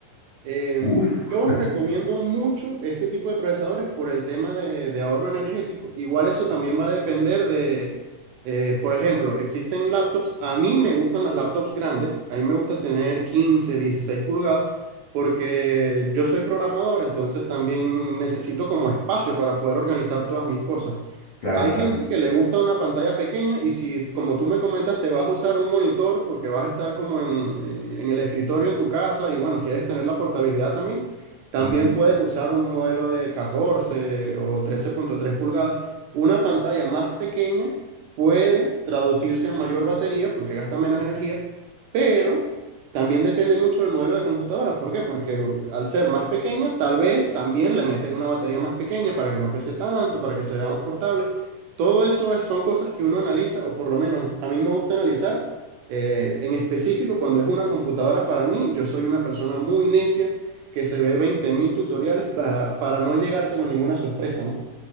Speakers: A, on the right (about 80°); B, on the left (about 70°).
A: Eh,
B: Uf,
A: yo recomiendo
B: <laughs>
A: mucho este tipo de procesadores por el tema de, de ahorro energético. Igual eso también va a depender de, eh, por ejemplo, existen laptops, a mí me gustan las laptops grandes, a mí me gusta tener 15, 16 pulgadas, porque yo soy programador, entonces también necesito como espacio para poder organizar todas mis cosas.
B: claro,
A: Hay
B: claro.
A: gente que le gusta una pantalla pequeña y si, como tú me comentas, te vas a usar un monitor porque vas a estar como en, en- en el escritorio en tu casa y bueno, quieres tener la portabilidad también, también
B: Ujú.
A: puedes usar un modelo de 14 o trece punto tres pulgadas. Una pantalla más pequeña puede traducirse a mayor batería porque gasta menos energía, pero también depende mucho del modelo de computadora. ¿Por qué? Porque uh, al ser más pequeña, tal vez también le meten una batería más pequeña para que no pese tanto, para que se vea más portable. Todo eso es- son cosas que uno analiza, o por lo menos a mí me gusta analizar. eh, en específico, cuando es una computadora para mí, yo soy una persona muy necia que se ve 20.000 tutoriales para, para no llegarse con ninguna sorpresa, ¿no?